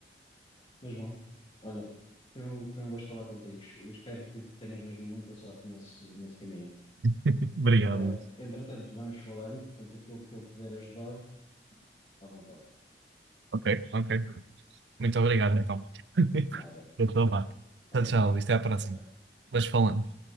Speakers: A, on the left (about 30°); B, on the right (about 80°).
A: Mas bom, olha, foi um, foi um gosto falar contigo. Eu espero que tenhas mesmo muita sorte nesse, nesse caminho.
B: <laughs> Obrigado,
A: Ah,
B: Luís.
A: entretanto, vamos falando, portanto, aquilo que eu puder ajudar, à vontade.
B: Ok, ok. Muito obrigado, então. <laughs>
A: Nada.
B: Eu estou
A: Pá,
B: lá.
A: obrigado.
B: Tchau, tchau, Luís. Até à próxima.
A: Tchau, tchau.
B: Vais falando.